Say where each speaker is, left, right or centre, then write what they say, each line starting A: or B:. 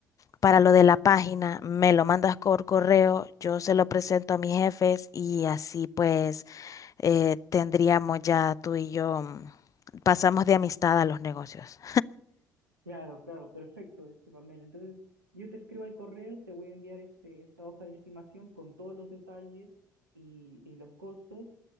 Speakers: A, on the left; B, on the right.
A: para lo de la página, me lo mandas por correo, yo se lo presento a mis jefes y así pues eh, tendríamos ya tú y yo, mm, pasamos de amistad a los negocios.
B: Claro, claro, perfecto, este Pamela. Entonces, yo te escribo al correo, te voy a enviar este, esta hoja de estimación con todos los detalles y, y los costos.